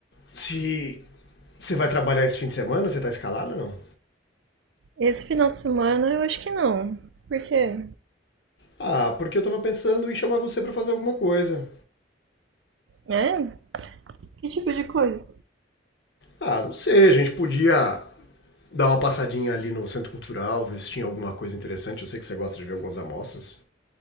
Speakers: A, on the left (about 65°); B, on the right (about 80°).
A: se você vai trabalhar esse fim de semana, você tá escalada não?
B: Esse final de semana eu acho que não. Por quê?
A: Ah, porque eu tava pensando em chamar você pra fazer alguma coisa.
B: É? Que tipo de coisa?
A: Ah, não sei, a gente podia dar uma passadinha ali no Centro Cultural, ver se tinha alguma coisa interessante. Eu sei que você gosta de ver algumas amostras.